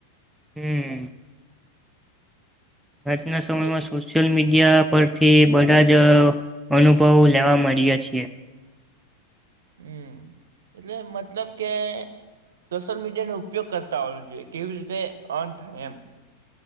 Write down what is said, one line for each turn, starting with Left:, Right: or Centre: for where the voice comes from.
Centre: હમ. આજના
Right: એટલે
Centre: સમયમાં
Right: સો
Centre: સોશિયલ મીડિયા પરથી બધા જ અ અનુભવો લેવા મંડ્યા છે.
Right: હમ, એટલે મતલબ કે સોશિયલ મીડિયા નો ઉપયોગ કરતા હોવો જોઈએ કેવી રીતે ઓન થાય એમ